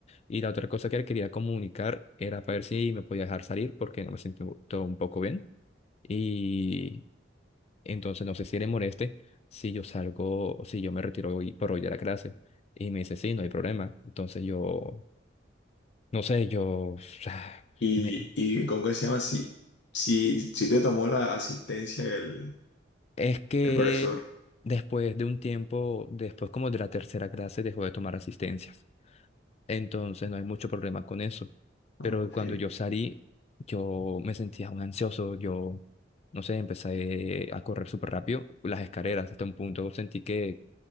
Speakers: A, on the left; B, on the left.
A: Y la otra cosa que le quería comunicar era para ver si me podía dejar salir porque no me siento todo un poco bien. Y entonces no sé si le moleste si yo salgo, o si yo me retiro hoy por hoy de la clase. Y me dice, sí, no hay problema. Entonces yo, no sé, yo... <sighs>
B: Y,
A: me-
B: y ¿cómo que se llama? Si, si, si te tomó la asistencia el,
A: Es que
B: el profesor.
A: después de un tiempo, después como de la tercera clase, dejó de tomar asistencias. Entonces no hay mucho problema con eso.
B: Ah,
A: Pero
B: ok.
A: cuando yo salí, yo me sentía un ansioso, yo, no sé, empecé a correr súper rápido las escaleras hasta un punto, sentí que